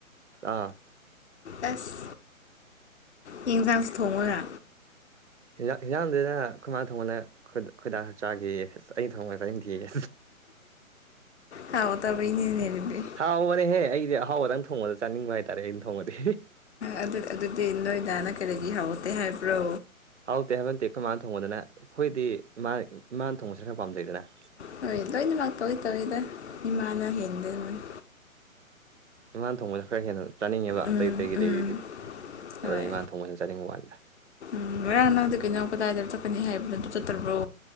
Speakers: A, on the right; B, on the left.
A: ꯑꯥ
B: ꯑꯦꯁ ꯍꯤꯡꯖꯥꯡꯁꯨ ꯊꯣꯡꯦ
A: ꯍꯤꯟꯖꯥꯡ ꯍꯤꯟꯖꯥꯡꯗꯨꯅ ꯑꯈꫭꯏ ꯃꯥ ꯊꫭꯡꯍꯜꯂꯦ ꯑꯈꫭꯏ ꯑꯈꫭꯏꯗꯥꯅ ꯆꯥꯒꯤꯌꯦ ꯑꯩ ꯊꯣꯡꯉ ꯆꯥꯅꯤꯡꯗꯦꯌꯦ
B: ꯍꯥꯎꯇꯕꯩꯅꯤꯅꯦ ꯑꯗꯨꯗꯤ
A: ꯍꯥꯎꯕꯅꯤꯍꯦ ꯑꯩꯒꯤ ꯑꯥ ꯍꯥꯎꯕꯗꯪ ꯊꯣꯡꯉꯖꯨ ꯆꯥꯅꯤꯡꯕ ꯍꯥꯏꯇꯥꯔꯦ ꯑꯩꯅ ꯊꯣꯡꯉꯗꯤ
B: ꯑꯗꯨ ꯑꯗꯨꯗꯤ ꯅꯣꯏꯗꯅ ꯀꯔꯤꯒꯤ ꯍꯥꯎꯇꯦ ꯍꯥꯏꯕ꯭ꯔꯣ
A: ꯍꯥꯎꯇꯦ ꯍꯥꯏꯕ ꯅꯇꯦ ꯑꯈꫭꯏꯃꯥꯅ ꯊꯣꯡꯕꯗꯅ ꯑꯩꯈꯣꯏꯗꯤ ꯏꯃꯥ ꯏꯃꯥꯅ ꯊꯣꯡꯕꯁꯨꯅ ꯄꯥꯝꯖꯩꯗꯅ
B: ꯍꯣꯏ ꯂꯣꯏꯅꯃꯛ ꯇꯧꯋꯤ ꯇꯧꯋꯤꯗ ꯏꯃꯥꯅ ꯍꯦꯟꯗꫭꯏꯅꯤ
A: ꯏꯃꯥꯅ ꯊꯣꯡꯕꯁꯨ ꯈꯔ ꯍꯦꯟꯅ ꯆꯥꯅꯤꯡꯉꯦꯕ
B: ꯎꯝ
A: ꯑꯇꯩ ꯑꯇꯩꯒꯤꯗꯩꯗꯤ
B: ꯎꯝ
A: ꯑꯗꯨꯅ
B: ꯍꯣꯏ
A: ꯏꯃꯥꯅ ꯊꯣꯡꯕꯅ ꯆꯥꯅꯤꯡꯕ ꯋꯥꯅꯤꯗ
B: ꯎꯝ ꯉꯔꯥꯡ ꯅꯪꯗꯤ ꯀꯩꯅꯣ ꯀꯗꯥꯏꯗ ꯆꯠꯀꯅꯤ ꯍꯥꯏꯕꯗꫭ ꯆꯠꯇꯕ꯭ꯔꯣ